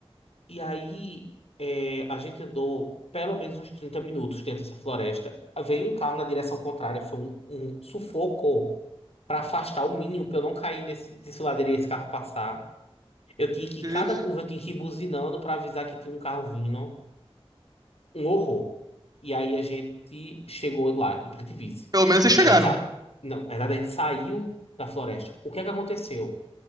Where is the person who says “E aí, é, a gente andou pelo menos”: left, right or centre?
Left